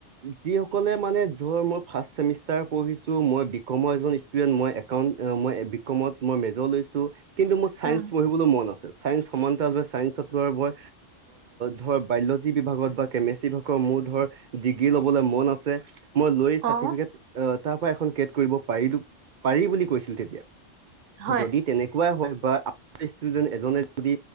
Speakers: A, on the right; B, on the right.
A: যিসকলে মানে ধৰ মই ফাছ চেমিষ্টাৰ পঢ়িছো মই বিকমৰ এজন ষ্টুডেণ্ট মই একাউন্ট মই বিকমত মই মেজৰ লৈছো কিন্তু মোৰ চাইন্ঞ্চ
B: উম
A: পঢ়িবলৈ মন আছে। ছায়েন্স সমান্তৰাল ছায়েন্সত লোৱা মই ধৰ বায়লজি বিভাগত বা কেমেষ্ট্ৰি বিভাগৰ মোৰ ধৰ ডিগ্ৰী ল'বলৈ মন আছে। মই লৈ চাৰ্টিফিকেট
B: অ
A: তাৰ পৰা এখন কেট কৰিব পাৰিলো পাৰি বুলি কৈছিল তেতিয়া
B: হয়
A: যদি তেনেকুৱাই হয় বা <inaudible> এজনে যদি